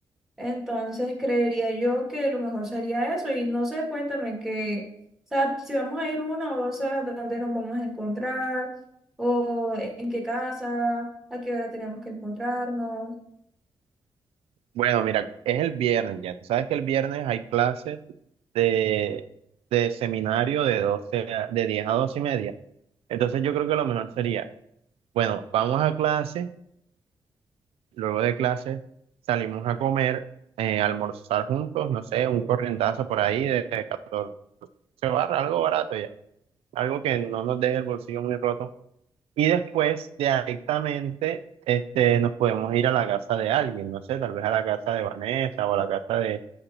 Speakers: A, in the centre; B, on the right (about 85°).
A: Entonces creería yo que lo mejor sería eso. Y no sé, cuéntame que, o sea, si vamos a ir una o dos horas, ¿dónde nos vamos a encontrar? ¿O en qué casa? ¿A qué hora tenemos que encontrarnos?
B: Bueno, mira, es el viernes ya. Tú sabes que el viernes hay clases de, de seminario de doce a- de 10 a 12 y media. Entonces yo creo que lo mejor sería, bueno, vamos a clase Luego de clase salimos a comer, eh, a almorzar juntos, no sé, un corrientazo por ahí de 14 barras, algo barato ya, algo que no nos deje el bolsillo muy roto. Y después directamente este, nos podemos ir a la casa de alguien, no sé, tal vez a la casa de Vanessa o a la casa de,